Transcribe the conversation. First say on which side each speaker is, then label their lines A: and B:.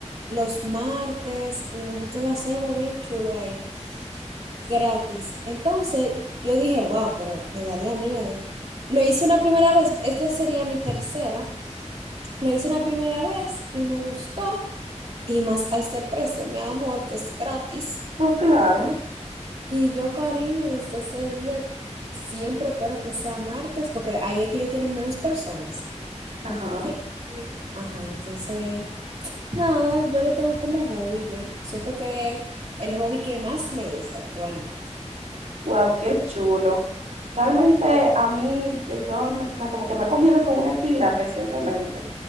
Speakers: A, on the right; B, on the right.
A: los martes y nosotros lo hacemos bien chulo ahí, gratis. Entonces, yo dije, wow, pero me daría miedo. Lo hice una primera vez, esta sería mi tercera. Lo hice una primera vez y me gustó, y más a ese precio, mi amor, que es gratis.
B: No, claro.
A: Y yo, cariño, desde ese día siempre espero que sea martes, porque ahí es que ellos tienen menos personas.
B: Ajá.
A: que- Ajá, y entonces, nada, yo lo tengo como hobby ya. Siento que el hobby que más me gusta actualmente.
B: Wow, qué chulo. Realmente a mí, yo, yo me, me- como que me he cogido con una actividad recientemente,